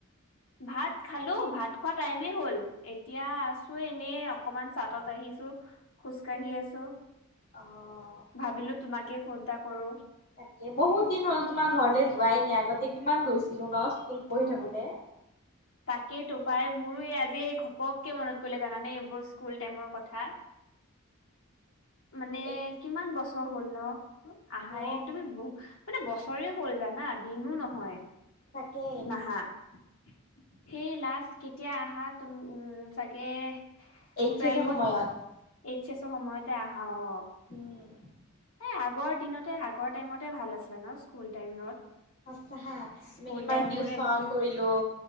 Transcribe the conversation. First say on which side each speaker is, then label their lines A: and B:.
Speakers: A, on the left; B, on the left.
A: ভাত খালো ভাত খোৱা টাইমেই হ'ল এতিয়া আছোঁ এনে অকমান চাদত আহিছো খোজ কাঢ়ি আছো
B: অ'
A: ভাবিলো তোমাকে ফোন এটা কৰোঁ
B: তাকে বহুত দিন হ'ল তোমাৰ ঘৰলৈ যোৱাই নাই আগতে কিমান গৈছিলো ন স্কুল পঢ়ি থাকোতে
A: তাকেইতো পাই মোৰো এই আজি ঘপককে মনত পৰিলে জানানে এইবোৰ স্কুল টাইমৰ কথা মানে
B: এই
A: কিমান বছৰ হ'ল ন আহাই
B: অ
A: তুমি বহুত মানে বছৰে হ'ল জানা দিনো নহয়
B: তাকে
A: নাহা সেই লাষ্ট কেতিয়া আহা তুম উম চাগে
B: এইচ
A: টুৱেলভত
B: এছৰ সময়ত
A: এইচ এচৰ সময়তে আহা অ'
B: উম
A: এ আগৰ দিনতে আগৰ টাইমতে ভাল আছিলে ন স্কুল টাইমত
B: সঁচা
A: স্কুল
B: আমি কিমান
A: টাইম
B: টিউশন
A: বোৰে ভাল
B: কৰিলোঁ